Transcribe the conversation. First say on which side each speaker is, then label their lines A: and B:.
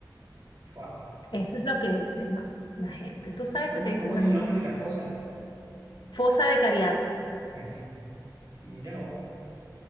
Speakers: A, on the right; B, on the left.
A: Fua.
B: Eso es lo que dicen, ¿no? La gente. Tú sabes
A: ¿Cómo,
B: que se dice,
A: cómo
B: Nata.
A: es el nombre de la fosa?
B: Fosa de Cariaco.
A: María. Mirá vos.